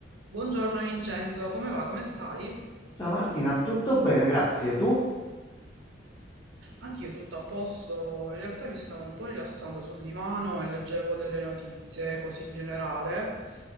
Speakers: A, on the right; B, on the left.
A: Buongiorno Vincenzo, come va? Come stai?
B: Ciao Martina, tutto bene, grazie. Tu?
A: Anch'io tutto a posto, in realtà mi stavo un po' rilassando sul divano e leggevo delle notizie così in generale.